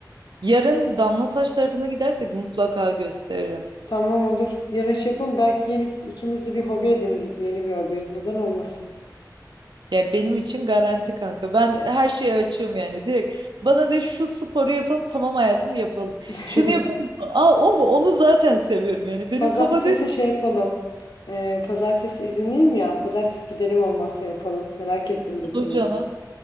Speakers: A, on the right; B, on the left.
A: Yarın Damlataş tarafına gidersek mutlaka gösteririm.
B: Tamam olur. Yarın şey yapalım. Belki yeni ikimiz de bir hobi ediniriz. Yeni bir hobi. Neden olmasın?
A: Ya benim için garanti kanka. Ben her şeye açığım yani. Direkt bana de şu sporu yapalım tamam hayatım yapalım.
B: <laughs>
A: Şunu yapalım. Aa o mu? Onu zaten seviyorum yani. Benim
B: Pazartesi
A: kafa değil.
B: şey yapalım. Ee, pazartesi izinliyim ya. Pazartesi gidelim olmazsa yapalım. Merak ettim dediğin
A: Olur
B: yere.
A: canım.